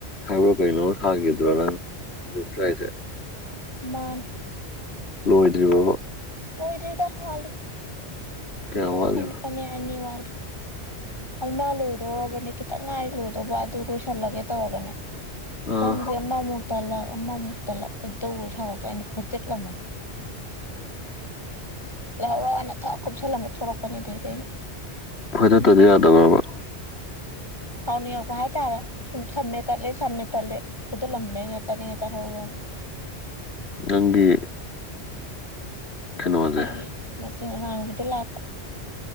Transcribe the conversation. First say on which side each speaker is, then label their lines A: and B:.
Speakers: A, on the left; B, on the left.
A: ꯍꯥꯏꯕ꯭ꯔ ꯀꯩꯅꯣ ꯁꯥꯈꯤꯗ꯭ꯔꯣ ꯅꯪ <unintelligible>
B: ꯃꯥꯥꯅꯦ
A: ꯂꯣꯏꯗ꯭ꯔꯤꯕꯣꯕꯥ
B: ꯂꯣꯏꯗꯔꯗ ꯋꯠꯂꯤ
A: ꯀꯌꯥꯝ ꯋꯥꯠꯂꯤꯕ
B: ꯐꯅꯤ ꯐꯅꯤ ꯑꯅꯤ ꯋꯠꯂꯤ ꯑꯃ ꯂꯣꯏꯗꯧꯔꯕꯅꯦ ꯈꯤꯇꯪ ꯉꯥꯏꯔꯤ ꯂꯣꯏꯗꯧꯕ ꯑꯗꯨ ꯂꯣꯏꯁꯜꯂꯒꯦ ꯇꯧꯔꯒꯅꯦ
A: ꯑꯥ
B: ꯂꯪꯁꯦ ꯑꯃꯃꯨꯛ ꯇꯂꯛ ꯑꯃꯃꯨꯛ ꯇꯂꯛ ꯈꯣꯏꯗꯧꯒ ꯁꯥꯎꯗꯅ ꯑꯩ ꯐꯣꯏꯗꯠꯂꯝꯃꯅꯤ ꯂꯩꯍꯧꯔꯣꯅ ꯊꯛ ꯀꯨꯞꯁꯜꯂꯝꯕ ꯊꯣꯛꯂꯛꯄꯅꯦ ꯑꯗꯩꯗꯤ ꯑꯩꯅ
A: ꯐꯣꯏꯊꯠꯇꯗꯤ ꯌꯥꯗꯕꯔꯕ
B: ꯁꯥꯎꯅꯤꯡꯉꯛꯄ ꯍꯥꯏꯇꯥꯔꯦ ꯁꯨꯝ ꯁꯝꯃꯦ ꯇꯠꯂꯦ ꯁꯝꯃꯦ ꯇꯠꯂꯦ ꯈꯨꯏꯗꯧꯂꯗꯅ ꯇꯠꯅꯤꯡꯉꯥ ꯇꯠꯍꯧꯔꯣꯅ
A: ꯅꯪꯒꯤ ꯀꯩꯅꯣꯁꯦ
B: ꯑꯩꯒꯤ ꯃꯆꯤꯡ ꯑꯔꯥꯡꯕꯤꯗꯣ ꯂꯥꯛꯄ